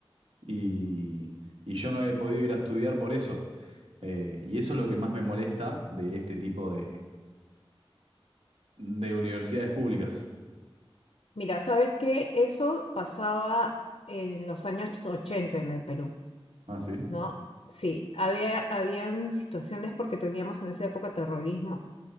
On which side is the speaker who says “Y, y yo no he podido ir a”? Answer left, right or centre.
Right